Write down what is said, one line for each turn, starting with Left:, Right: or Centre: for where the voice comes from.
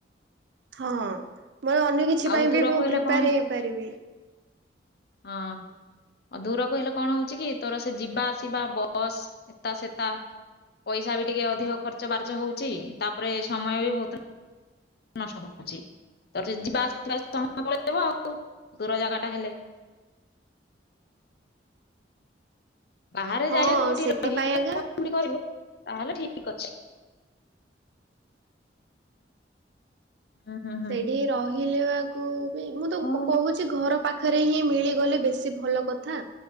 Right: ହଁ ମୋର ଅନ୍ୟ କିଛି
Left: ଆଉ
Right: ପାଇଁ
Left: ଦୂରକୁ
Right: ବି ମୁଁ
Left: ହେଲେ
Right: ପ୍ରିପେୟାର
Left: କଣ
Right: ହେଇପାରିବି।
Left: ହଁ। ଆଉ ଦୂର କହିଲେ କଣ ହଉଛି କି ତୋର ସେ ଯିବା ଆସିବା ବସ୍ ଏତା ସେତା ପଇସା ବି ଟିକେ ଅଧିକ ଖର୍ଚ୍ଚ ବାର୍ଚ୍ଚ ହଉଛି ତାପରେ ସମୟ ବି ବହୁତ ନଷ୍ଟ ହଉଛି। ତ ଯିବା ଆସିବା ସମୟ ପଳେଇବ ଆଉ ଦୂର ଜାଗା ଟା ହେଲେ।
Right: <inaudible>
Left: ବାହାରେ
Right: ହଁ
Left: ଯାଇ ଯଦି କୋଉଠି
Right: ସେଥିପାଇଁ
Left: ରହିକି
Right: ଆଜ୍ଞା
Left: ପଢ଼ାପଢ଼ି କରିବ ତାହେଲେ ଠିକ ଅଛି। ହୁଁ ହୁଁ ହୁଁ
Right: ସେଇଠି ରହିଲେ ବାକୁ ବି ମୁଁ ତ
Left: ହଉ
Right: କହୁଛି ଘର ପାଖା ପାଖରେ ହିଁ ମିଳିଗଲେ ବେଶି ଭଲ କଥା।